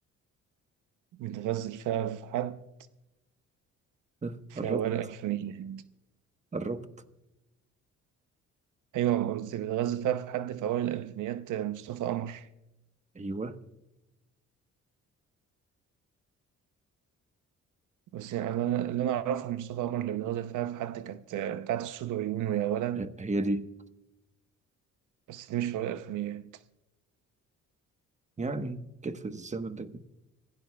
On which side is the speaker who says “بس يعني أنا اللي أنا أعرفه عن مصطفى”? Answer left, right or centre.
Right